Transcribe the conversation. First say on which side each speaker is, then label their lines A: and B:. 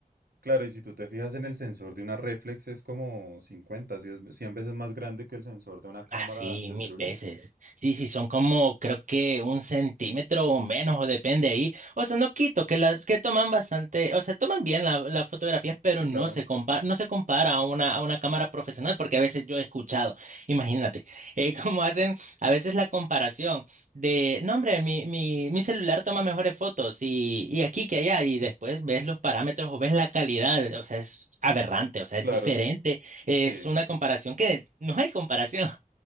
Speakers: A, on the right; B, on the right.
A: claro, y si tú te fijas en el sensor de una reflex es como 50, 100 ve- 100 veces más grande que el sensor de una cámara
B: Ah, sí,
A: de
B: mil
A: celular.
B: veces. Sí, sí, son como creo que un centímetro o menos, o depende ahí. O sea, no quito que las que toman bastante, o sea, toman bien la- las fotografías, pero
A: Sí,
B: no
A: claro,
B: se compara, no se compara a una, a una cámara profesional, porque a veces yo he escuchado, imagínate, eh, <laughs> cómo hacen a veces la comparación de, no, hombre, mi, mi, mi celular toma mejores fotos y, y aquí que allá, y después ves los parámetros o ves la calidad, o sea, es aberrante, o sea, es
A: claro,
B: diferente.
A: es,
B: Es
A: sí,
B: una comparación que no hay comparación.